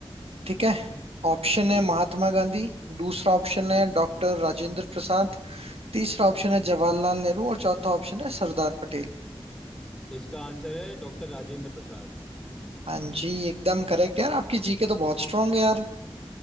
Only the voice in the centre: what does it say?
ठीक
है
ठीक
है
ठीक
ठीक
इसका आंसर है डॉक्टर राजेंद्र प्रसाद